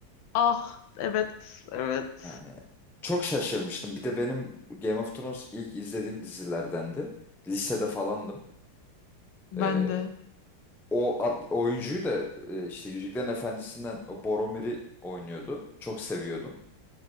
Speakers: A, on the left; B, in the centre.
A: Ah evet evet
B: Yani çok şaşırmıştım. Bir de benim Game of Thrones ilk izlediğim dizilerdendi. Lisede falandım.
A: ben
B: E,
A: de
B: o ad- oyuncuyu da e, işte Yüzüklerin Efendisi'nden o Boromir'i oynuyordu. Çok seviyordum.